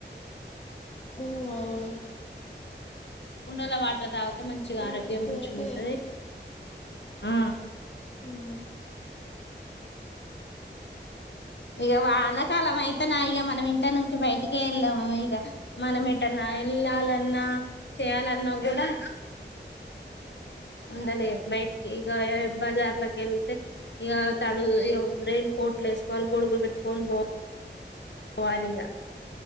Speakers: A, on the left; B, on the left.
A: మ్మ్ అవును
B: కుండాలో వాటర్ త ఎంత మంచిగా
A: అండ్
B: ఆరోగ్యం
A: ఇప్పుడైతే
B: మంచి ఉంటది ఆ
A: మ్మ్
B: ఇక వానకాలం అయితే నా ఇక మనం ఇంట నుంచి బయటికే వెళ్దాము ఇక మనం ఇటన్నా వెళ్ళాలన్నా చేయాలన్నా కూడా ఉందలే బయటికి ఇక బజార్లకి వెళ్తే ఇక తడు రెయిన్ కోట్లు వేసుకోవాలి గోడుగులు పెట్టుకని పోాల వాలిగా